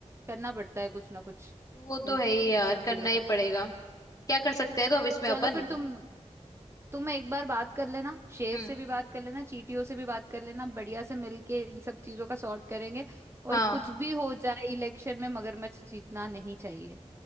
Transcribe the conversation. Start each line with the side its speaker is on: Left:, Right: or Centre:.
Right: करना पड़ता है कुछ ना कुछ
Left: वो तो
Right: इन
Left: है ही यार
Right: इन सब
Left: करना
Right: चीजों
Left: ही
Right: का
Left: पड़ेगा क्या कर सकते हैं तो अब इसमें
Right: चलो
Left: अपन
Right: फिर तुम तुम एक बार बात कर लेना शेर
Left: हम्म
Right: से भी बात कर लेना चीटियों से भी बात कर लेना बढ़िया से मिलके इन सब चीजों का सॉर्ट करेंगे और
Left: हाँ
Right: कुछ भी हो जाए इलेक्शन में मगरमच्छ जीतना नहीं चाहिए